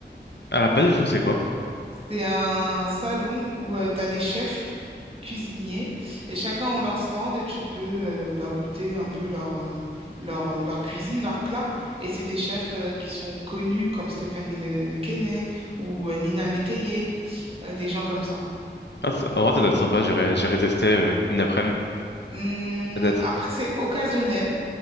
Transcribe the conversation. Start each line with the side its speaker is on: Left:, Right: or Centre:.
Left: Ah, pas du tout, c'est quoi?
Right: C'est un salon où tu as des chefs cuisiniers et chacun ont leur stand et tu peux euh, bah, goûter un peu leur, euh, leur, euh, leur cuisine, leur plat. Et c'est des chefs euh, qui sont connus comme Stéphanie Le, Le Keinec ou euh, Nina Métayer, euh, des gens comme ça.
Left: Ah, ça- en vrai, ça doit être sympa, j'irai, j'irai tester euh, une après-midi,
Right: Hum,
Left: peut-être.
Right: après, c'est occasionnel.